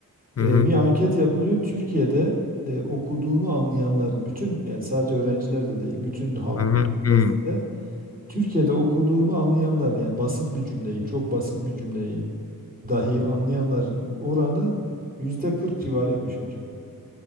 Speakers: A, on the left; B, on the right.
A: Hı hı.
B: E, bir anket yapılıyor. Türkiye'de e, okuduğunu anlayanların, bütün yani sadece öğrenciler de değil, bütün halk
A: Hı hı. Hı.
B: nezdinde Türkiye'de okuduğunu anlayanların yani basit bir cümleyi, çok basit bir cümleyi dahi anlayanların oranı yüzde 40 civarıymış hocam.